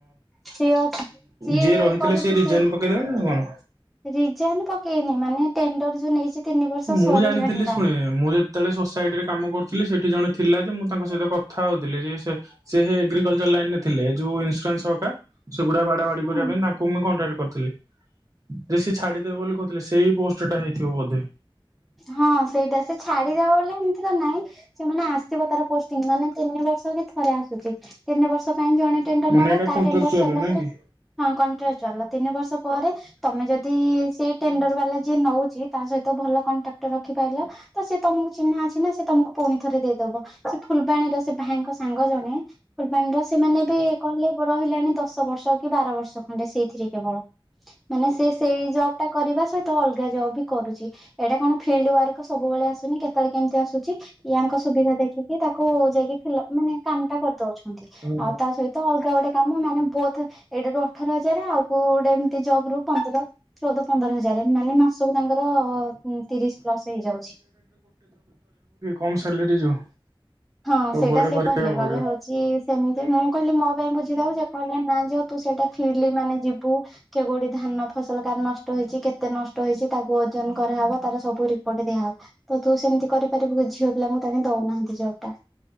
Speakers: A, in the centre; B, on the right.
A: ସିଏ ଅ ସିଏ
B: ଯିଏ ରହିଥିଲେ
A: କରୁଛି
B: ସିଏ ରିଜାଇନ
A: ସିଏ।
B: ପକେଇଦେଲେ ନା କଣ?
A: ରିଜାଇନ ପକେଇନି ମାନେ ଟେଣ୍ଡର ଯୋଉ ନେଇଛି ତିନି ବର୍ଷ
B: ମୁଁ
A: ସରିଲାଣି
B: ଜାଣିଥିଲି
A: ତାର।
B: ଶୁଣେ ମୁଁ ଯେତେବେଳେ ସୋସାଇଟି ରେ କାମ କରୁଥିଲି ସେଠି ଜଣେ ଥିଲା ଯେ ମୁଁ ତାଙ୍କ ସହିତ କଥା ହଉଥିଲି ଯେ ସେ ସେ ଏଗ୍ରିକଲଚର ଲାଇନ ରେ ଥିଲେ। ଯୋଉ ଇନ୍ସୁରାନ୍ସ ସହକା ସେଗୁଡା ବାଡା ବାଡି
A: ହୁଁ।
B: କରିବା ପାଇଁ ତା ମୁଁ କଣ୍ଟାକ୍ କରିଥିଲି। ଯେ ସିଏ ଛାଡିଦେବେ ବୋଲି କହିଥିଲେ ସେଇ ପୋଷ୍ଟ ଟା ହେଇଥିବ ବୋଧେ।
A: ହଁ ସେଇଟା ସେ ଛାଡିଦବା ବୋଲି ଏମିତି ତ ନହିଁ। ସେମାନେ ଆସିବ ତାର ପୋଷ୍ଟିଂ ମାନେ ତିନି ବର୍ଷ କି ଥରେ ଆସୁଛି ତିନି ବର୍ଷ ପାଇଁ ଜଣେ ଟେଣ୍ଡର
B: ମାନେ
A: ନବ
B: ଏଇଟା
A: ତା
B: କଣ୍ଟ୍ରୋଚୁଆଲ
A: ଟେଣ୍ଡର ସରିଲା
B: ନାଇଁ
A: ପରେ
B: କି
A: ହଁ କଣ୍ଟ୍ରିଚାଲ ତିନି ବର୍ଷ ପରେ ତମେ ଯଦି ସେଇ ଟେଣ୍ଡର ବାଲା ଯିଏ ନଉଛି ତା ସହିତ ଭଲ କଣ୍ଟାକ୍ଟର ରଖିପାରିଲ ତ ସେ ତମକୁ ଚିହ୍ନା ଅଛି ନା ସେ ତମକୁ ପୁଣି ଥରେ ଦେଇଦବ ସେ ଫୁଲବାଣୀର ସେ ଭାଇଙ୍କ ସାଙ୍ଗ ଜଣେ। ଫୁଲବାଣୀର ସେମାନେ ବି କହିଲେ ରହିଲାଣି ଦଶ ବର୍ଷ କି ବାର ବର୍ଷ। ମନେ ସେଇଥିରେ କେବଳ। ମାନେ ସେ ସେଇ ଜବ ଟା କରିବା ସହି ମୁଁ ତ ଅଲଗା ଜବ ବି କରୁଛି ଏଇଟା କଣ ଫିଲ୍ଡ ୱାର୍କ ସବୁବେଳେ ଆସୁନି କେତେବେଳେ କେମିତି ଆସୁଛି। ୟାଙ୍କ ସୁବିଧା ଦେଖିକି ତାକୁ ଯାଇକି ଫଲପ ମାନେ କାମ ଟା କରିଦଉଛନ୍ତି
B: ହୁଁ
A: ଆଉ ତା ସହିତ ତ ଅଲଗା ଗୋଟେ କାମ ମାନେ ବୋଥ ଏଇଟା ରୁ ଅଠର ହଜାର ଆଉ କଉ ଗୋଟେ ଜବ ରୁ ପନ୍ଦର ଚଉଦ ପନ୍ଦର ହଜା ଗ୍ୟାରେନ୍ତି ମାନେ ମାସକୁ ତାଙ୍କର ତିରିଶ ପ୍ଲସ ହେଇଯାଉଛି।
B: କମ୍ ସ୍ୟାଲେରି ଯୋଉ।
A: ହଁ
B: ସବୁଆଡେ
A: ସେଇଟା ସେ
B: କରିବାକୁ
A: କହିଲେ
B: ପଡିବ
A: ଗଲେ ହଉ। ସିଏ ସେମିତି ମୁଁ କହିଲି ମୋ ପାଇଁ ବୁଝି ଦବ କହିଲେ ନା ଝିଅ ତୁ ସେଇଟା ଫିଲ ମାନେ ଯିବୁ। କେ କୋଉଠି ଧାନ ଫସଲ କାହାର ନଷ୍ଟ ହେଇଛି କେତେ ନଷ୍ଟ ହେଇଛି ତାକୁ ଓଜନ କରାହବ ତାର ସବୁ ରିପୋର୍ଟ ଦିଆହେବ, ତ ତୁ ସେମିତି କରିପାରିବୁ ଝିଅ ପିଲାଙ୍କୁ ତାଙ୍କେ ଦଉନାହାନ୍ତି ଜବ୍ ଟା।